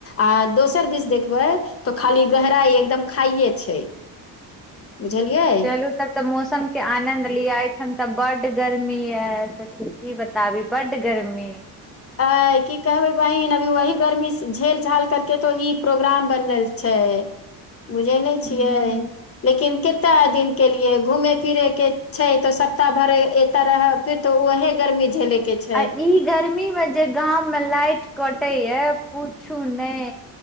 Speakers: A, on the left; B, in the centre.
A: आ दोसर दिस देखबै तऽ खाली गहराई एकदम खाइये छै बुझलियै
B: चलू तब तऽ मौसम केँ आनंद लिय एय ठाम तऽ बड गर्मी यऽ सखी की ब ताबि बड्ड गर्मी
A: तऽ आय की कहबे बहिन अभी वही गर्मी झेल झाल कर केँ तो ई प्रोग्राम बनल छै बुझै नय छियै
B: ह
A: लेकिन कते दिन केँ लिए घूमे फिरे केँ छै तऽ सप्ताह भर एतऽ रहब फिर तो उएहे गर्मी झेले केँ छै
B: आ ई गर्मी मे जे गाम मे लाइट कटै य पूछू नय